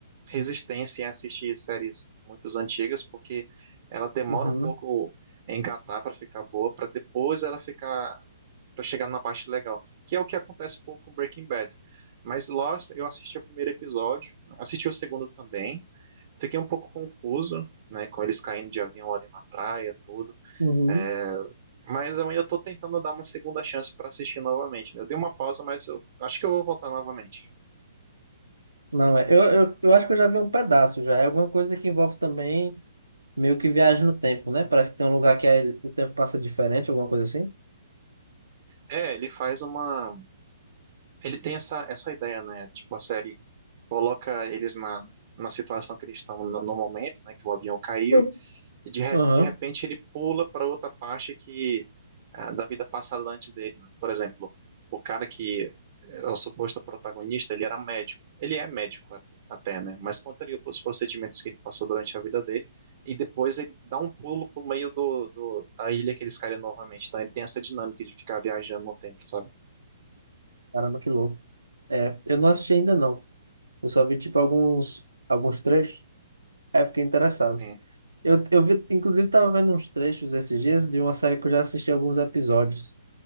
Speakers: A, on the right; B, on the right.
A: resistência em assistir séries muito antigas, porque ela demora
B: Uhum,
A: um pouco a engatar para ficar boa, para depois ela ficar para chegar na parte legal, que é o que acontece um pouco com Breaking Bad. Mas Lost, eu assisti o primeiro episódio, assisti o segundo também, fiquei um pouco confuso, né, com eles caindo de avião ali na praia, tudo.
B: uhum.
A: É, mas eu ainda estou tentando dar uma segunda chance para assistir novamente, né? Eu dei uma pausa, mas eu acho que eu vou voltar novamente.
B: Não, é. Eu, eu, eu acho que eu já vi um pedaço já. É alguma coisa que envolve também meio que viagem no tempo, né? Parece que tem um lugar que aí o tempo passa diferente, alguma coisa assim.
A: É, ele faz uma. Ele tem essa, essa ideia, né? Tipo, a série coloca eles na, na situação que eles estão no, no momento, né? Que o avião caiu,
B: Sim.
A: e de, re-
B: Aham.
A: de repente ele pula para outra parte que ah, da vida passada antes dele, né? Por exemplo, o cara que é o suposto protagonista, ele era médico. Ele é médico at- até, né? Mas conta ali os procedimentos que ele passou durante a vida dele e depois ele dá um pulo pro meio do, do- da ilha que eles caíram novamente. Então ele tem essa dinâmica de ficar viajando no tempo, sabe?
B: Caramba, que louco. É, eu não assisti ainda não. Eu só vi tipo alguns alguns trechos. Aí eu fiquei interessado.
A: Sim.
B: Eu, eu vi, inclusive, tava vendo uns trechos esses dias de uma série que eu já assisti alguns episódios.